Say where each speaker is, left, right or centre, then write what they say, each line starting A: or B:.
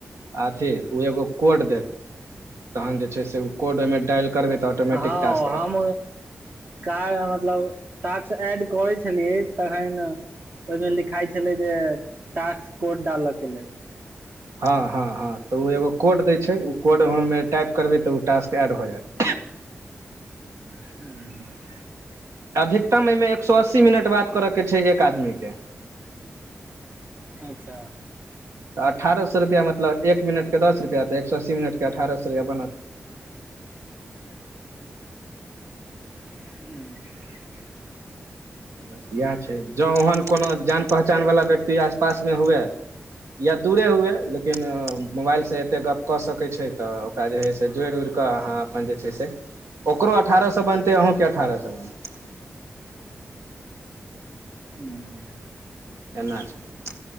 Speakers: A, on the right; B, on the right.
A: आ अथी ओ एगो कोड देत तहन जे छै से ओ कोड ओईमे डायल करबै तऽ ऑटोमेटिक
B: हँ
A: टास्क
B: हम
A: एड भऽ जायत
B: क म <unintelligible> तलब टास्क एऐड करै छलियै तखन ओईमे लिखाई छलै जे टास्क कोड डालऽ के लेल
A: हँ हँ हँ तऽ ओ एगो कोड दै छै ओ कोडमे टाइप करबै तऽ ओ टास्क ऐड भऽ जायत
B: ह
A: अधिकतम एहिमे एक सो अस्सी मिनट बात करय के छै एक आदमी के
B: अच्छा
A: तऽ अठारह सो रुपैआ मतलब एक मिनट के दस रुपैआ तऽ एक सो अस्सी मिनट के अठार सो रुपया बनत
B: ह <inaudible>
A: बस इएह छै जौं ओहन कोनो जान पहचान वला व्यक्ति आस पास मे हुए या दूरे हुए लेकिन मोबाइल से एते गप्प क सकै छै तऽ ओ जे छै से जोड़ि उ्इड़िकऽ अहाँ अपन जे छै से ओकरो अठारह सो बनतै अहूँकेँ अठारह सो बनत
B: हूँ
A: एना छै